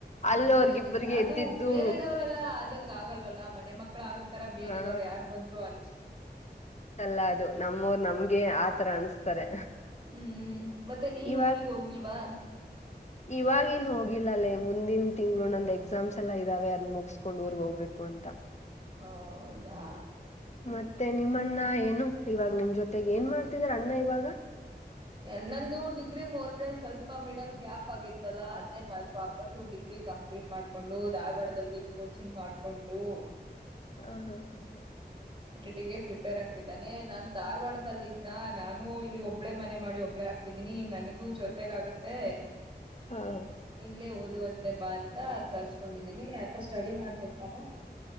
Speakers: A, on the left; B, on the right.
A: ಅಲ್ಲೋರ್ಗಿಬ್ಬರಿಗೆ
B: ನಿಜ ನಿಜ ಅದು
A: ಎದ್ದಿದ್ದು
B: ಬೇರೆದವ್ರಲ್ಲಾ ಆದಂಗ ಆಗಲ್ವಲ್ಲ ಮನೆ ಮಕ್ಳ ಆಗ ತರ ಬೇರೆದವ್ರು
A: ಹಾ
B: ಯಾರ ಬಂದ್ರು ಅ
A: ಅಲ್ಲ ಅದು ನಮ್ಮೂರ್ ನಮ್ಗೆ ಆತರ ಅನ್ಸ್ತಾರೆ
B: ಹ್ಮ್ ಮತ್ತೆ ನೀನ್
A: ಇವಾಗ
B: ಊರಿಗ್ ಹೋಗಿಲ್ವಾ
A: ಇವಾಗೇನ್ ಹೋಗಿಲ್ಲಲ್ಲೇ ಮುಂದಿನ ತಿಂಗಳು ನಂದ ಎಕ್ಸಾಮ್ಸ್ ಎಲ್ಲ ಇದಾವೆ ಅದ್ ಮುಗಸ್ಕೊಂಡ್ ಊರ್ಗ್ ಹೋಗ್ಬೇಕು ಹು ಅಂತ
B: ಹೌದಾ
A: ಮತ್ತೆ ನಿಮ್ಮಣ್ಣ ಏನು ಇವಾಗ ನಿಮ್ ಜೊತೆಗೆ ಏನ್ ಮಾಡ್ತಿದಾರ ಅಣ್ಣ ಇವಾಗ
B: ಎಣ್ಣಂದು ಡಿಗ್ರಿ ಮುದ್ರೆ ಸ್ವಲ್ಪ ಮಿಡಲ್ ಗ್ಯಾಪ್ ಆಗಿತ್ತಲ್ಲಾ ಅದೇ ಮ ವಾಪಸು ಡಿಗ್ರಿ ಕಂಪ್ಲೀಟ್ ಮಾಡ್ಕೊಂಡು ಧಾರವಾಡದಲ್ಲಿ ಕೋಚಿಂಗ್ ಮಾಡ್ಕೊಂಡು
A: ಹಾ ಹಾ ಹಾ ಹಾ
B: ಟಿ ಪ್ರಿಪೇರ್ ಆಗ್ತಿದ್ದಾನೆ ನಾನನ್ ಧಾರವಾಡದದಲ್ಲಿ ಇದನ ನಾನು ಇಲ್ಲಿ ಒಬ್ಬಳೆ ಮನೆ ಮಾಡಿ ಒಬ್ಬಳೆ ಹಕ್ತಿದೀನಿ ನನಗೂ ಜೊತೆಗ ಆಗುತ್ತೆ
A: ಹಾ ಹಾ
B: ಇಲ್ಲೇ ಹ ಅದು ಅಂತೆ ಬಾ ಅಂತ ಕರ್ಸ್ಕೊಂಡಿದೀನಿ ಆಯತ ಸ್ಟಡಿ ಮಾಡ್ತಿರ್ತಾರ